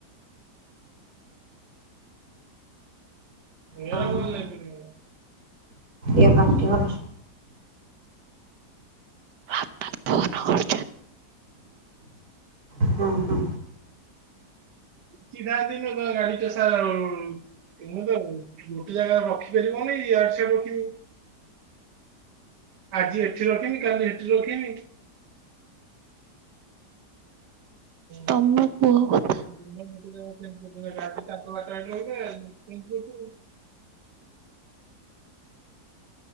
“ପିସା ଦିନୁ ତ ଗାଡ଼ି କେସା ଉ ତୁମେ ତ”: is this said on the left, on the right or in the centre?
Right